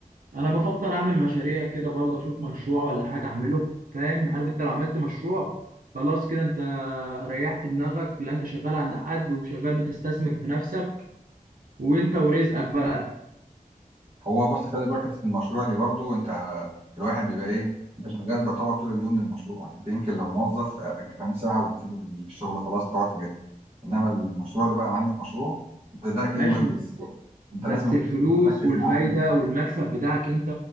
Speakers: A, on the right (about 75°); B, on the right (about 40°).
A: انا بفكر اعمل مشاريع كده برضو اشوف مشروع ولا حاجه اعمله فاهم عارف انت لو عملت مشروع خلاص كده انت ريحت دماغك لا انت شغال عند حد وشغال بتستثمر في نفسك وانت ورزقك بقى
B: هو بص خلي بالك حته المشروع دي برضو انت الواحد بيبقى ايه انت شغال يعتبر طول اليوم للمشروع يعني انت يمكن لو موظف آه، كام ساعه وبتسيب الشغل خلاص تقعد تجد انما المشروع ده بقى عندك مشروع انت ده كانه
A: ماشي
B: ابنك
A: بس
B: بالظبط انت
A: بس
B: لازم
A: الفلوس
B: تكون مركز
A: والفايدة
B: معاه طول اليوم.
A: والمكسب بتاعك انت